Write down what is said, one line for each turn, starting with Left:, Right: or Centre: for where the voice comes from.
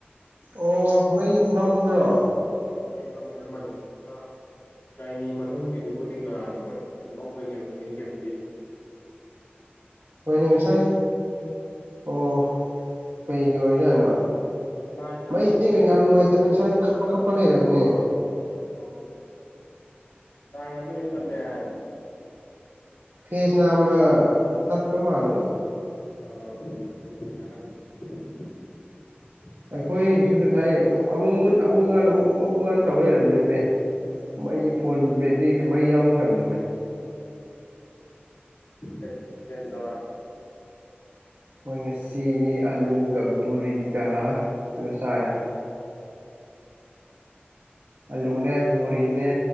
Right: ꯑꯣ ꯃꯩ ꯃꯝꯕ꯭ꯔꯣ
Left: ꯃꯥꯏ ꯃꯥꯃꯦ ꯑꯃꯗꯤꯁ ꯑ ꯥꯏꯅꯤ ꯃꯅꯨꯡꯒꯤꯗꯨꯕꯨꯗꯤ ꯉꯥꯟꯕ ꯃꯣꯏ ꯇꯨꯝꯐꯝ ꯀꯩꯀꯩ ꯋꯥꯗꯤꯡ ꯈꯦ ꯑꯗꯨꯗꯤ
Right: ꯍꯣꯏꯅꯦ ꯉꯁꯥꯏ ꯑꯣ ꯀꯩꯒꯤ ꯑꯣꯏꯖꯥꯠꯅꯣ
Left: ꯂꯥꯏꯟ ꯑꯃ
Right: ꯃꯩꯁꯦ
Left: ꯇꯠꯂꯦꯗꯤ
Right: ꯌꯥꯝ ꯅꯨꯡꯉꯥꯏꯇꯅꯤ
Left: ꯍꯥꯏ
Right: ꯉꯁꯥꯏꯁ ꯈꯞꯄ ꯈꯞꯄ ꯂꯩꯔꯕꯅꯦ
Left: ꯑꯣ ꯂꯅ ꯃ ꯏ ꯆꯠꯂꯕ
Right: ꯐꯦꯁꯅꯥꯝꯃ ꯇꯠꯄ ꯃꯥꯂ
Left: ꯑꯣ
Right: ꯑꯩꯈꯣꯏꯒꯤꯁꯨ ꯉꯁꯥꯏ ꯑꯃꯨꯛ ꯃꯨꯠ ꯑꯃꯨꯛꯀꯥꯟ ꯑꯃꯨꯛꯨ ꯑꯃꯨꯛꯀꯥꯟ ꯇꯧ ꯂꯩꯔꯕꯅꯦ ꯕ ꯃꯩ ꯐꯣꯟ ꯕꯦꯇ꯭ꯔꯤꯁꯦ ꯃꯩ ꯌꯥꯎꯗ꯭ꯔꯕꯅꯤ
Left: ꯀꯔꯤ ꯃꯊ ꯆ
Right: ꯃꯣꯏ ꯉꯁꯤ ꯑꯂꯨꯒ ꯕꯕꯨꯣꯔꯤꯒ
Left: ꯍꯟꯖꯥꯡꯕꯨ
Right: ꯀꯩꯅ ꯆꯥꯔꯦ ꯑꯜꯂꯨꯅꯦ ꯕꯣꯔꯤꯅꯦ